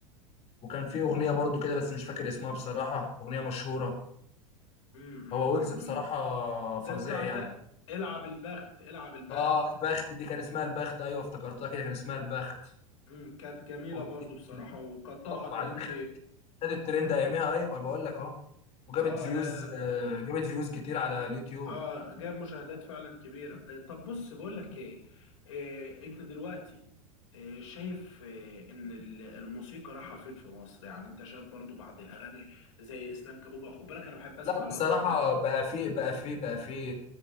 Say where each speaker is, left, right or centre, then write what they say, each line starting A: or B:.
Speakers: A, on the left; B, on the left.
A: وكان في اغنية برضه كده بس مش فاكر اسمها بصراحة اغنية مشهورة
B: امم امم
A: هو ويجز
B: امم
A: بصراحة
B: إمم. زي
A: فظيع
B: بتاعت
A: يعني
B: العب البخت العب البخت
A: اه البخت دي كان اسمها البخت ايوه افتكرتها كده كان اسمها البخت
B: امم كانت جميله
A: اغنية
B: برضو بصراحه
A: جميلة
B: وكانت طالعه
A: آه، وبعدين
B: ترند
A: خدت الترند
B: كانت-
A: اياميها ايوه أنا بقول لك اهو وجابت
B: اه
A: فيوز
B: لا لا
A: آه، جابت فيوز كتير على اليوتيوب
B: اه جاب مشاهدات فعلا كبيره آه، طب بص بقول لك ايه آه، انت دلوقتي آه، شايف آه، ان ال- الموسيقى رايحه فين في مصر يعني انت شايف برضو بعد الاغاني زي اسلام كابونجا خد بالك انا بحب اسمع
A: لا
B: الهقص
A: بصراحة
B: ده
A: بقى في بقى في بقى في